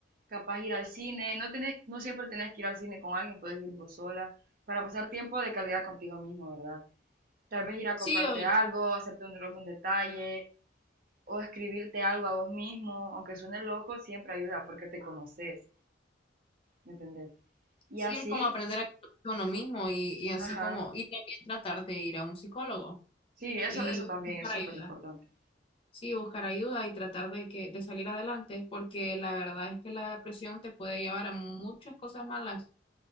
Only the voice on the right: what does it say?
capaz ir al cine. No tenés, no siempre tenés que ir al cine con alguien, puedes ir vos sola, para pasar tiempo de calidad contigo mismo, ¿verdad? Tal vez ir a
comprarte
algo, hacerte un, algún detalle o escribirte algo a vos mismo, aunque suene loco, siempre ayuda porque te conoces, ¿me entendés? Y
así,
ajá,
sí, eso,
eso también es
súper
importante,